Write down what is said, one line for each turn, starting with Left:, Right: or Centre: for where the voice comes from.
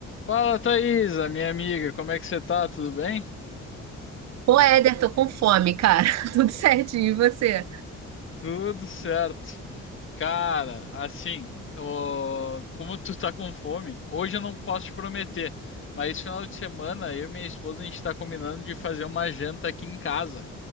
Left: Fala, Thaisa, minha amiga, como é que você tá? Tudo bem?
Right: Ô, Éder, tô com fome, cara. <laughs> Tudo certinho, e você?
Left: Tudo certo. Cara, assim, ó, como tu tá com fome, hoje eu não posso te prometer, mas esse final de semana eu e minha esposa a gente tá combinando de fazer uma janta aqui em casa.